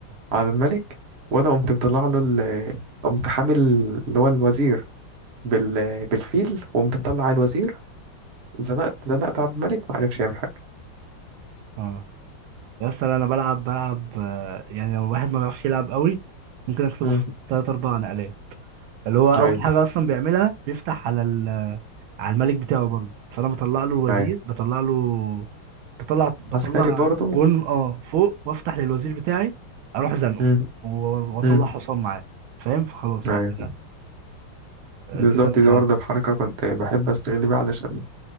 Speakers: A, on the right (about 50°); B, on the right (about 80°).
A: على الملك وانا قمت مطلع له ال... قمت حامل اللي هو الوزير بال... بالفيل وقمت مطلع على الوزير زنقت زنقت على الملك ما عرفش يعمل حاجة
B: اه يا اسطى لا، انا بلعب بلعب آه، يعني لو الواحد ما بيعرفش يلعب قوي ممكن اكسبه
A: امم
B: في تلات اربع نقلات اللي هو اول
A: ايوه
B: حاجة اصلا بيعملها بيفتح على ال... على الملك بتاعه برضه فانا بطلع له الوزير
A: ايوه
B: بطلع له بطلع بطلع
A: عسكري برضه
B: بون اه فوق وافتح للوزير بتاعي اروح زنقه
A: امم
B: و- واطلع
A: امم
B: حصان معاه فاهم فخلاص
A: ايوه
B: هو كده آه،
A: بالظبط
B: كده انت
A: دي برضه الحركة كنت بحب استغل بيها علشان